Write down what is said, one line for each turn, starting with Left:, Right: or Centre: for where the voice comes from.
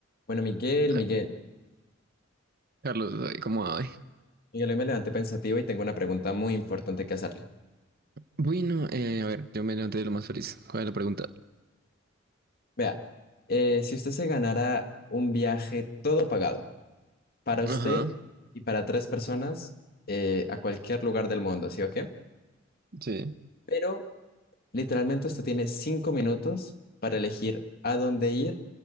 Left: Bueno, Miguel,
Right: Ca-
Left: Miguel,
Right: Carlos, ay, ¿cómo hay?
Left: Miguel, hoy me levanté pensativo y tengo una pregunta muy importante que hacerle.
Right: Bueno, eh, a ver, yo me levanté de lo más feliz. ¿Cuál es la pregunta?
Left: Vea, eh, si usted se ganara un viaje todo pagado para usted
Right: Ajá,
Left: y para tres personas eh, a cualquier lugar del mundo, ¿sí o qué?
Right: sí.
Left: Pero literalmente usted tiene cinco minutos para elegir a dónde ir